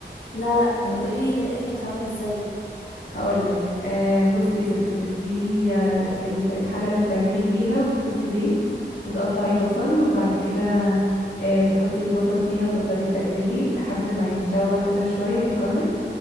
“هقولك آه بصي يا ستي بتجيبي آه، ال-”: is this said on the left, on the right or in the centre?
Left